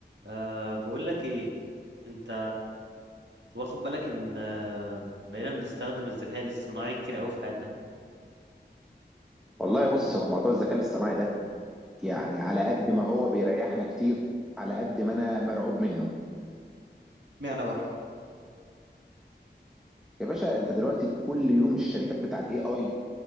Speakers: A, on the right; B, in the centre.
A: أه بقول لك ايه انت واخد بالك ان آه، بقينا بنستخدم الذكاء الاصطناعي كتير قوي في حياتنا
B: والله بص هو موضوع الذكاء الاصطناعي ده يعني على قد ما هو بيريحنا كتير على قد ما انا مرعوب منه
A: اشمعنى بقى
B: يا باشا انت دلوقتي كل يوم الشركات بتاع الاي اي